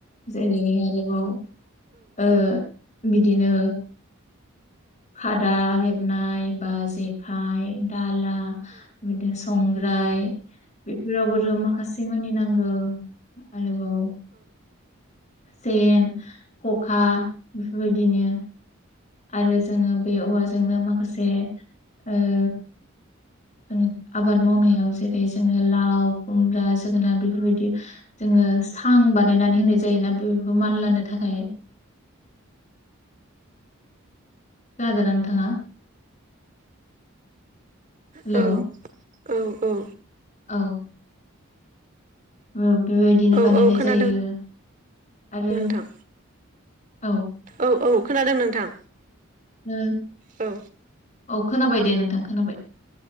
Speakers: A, on the left; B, on the right.
A: जेरै आरोबाव ओ बिदिनो खादा हेबनाय बा जेखाइ दाल दा बिदिनो संग्राय बेफोरावबोथ' माखासे मानि नांगौ आरोबाव सेन खखा बेफोरबायदिनो आरो जोङो बे औवाजोंनो माखासे ओ उम आबाद मावनायाव जेरै जोङो लाव खुमब्रा जोगोनार बेफोरबायदि जोङो सां बानायनानै होनाय जायोना बेफोरखौ मान लानो थाखाय खोनादोंना नोंथाङा हेलौ
B: औ औ औ
A: औ ओ बेबायदिनो
B: औ
A: बानायनाय
B: औ खोनादों
A: जायो। आरो
B: नोंथां
A: औ
B: औ औ खोनादों नोंथां
A: नो
B: औ
A: औ खोनाबाय दे नोंथां खोनाबाय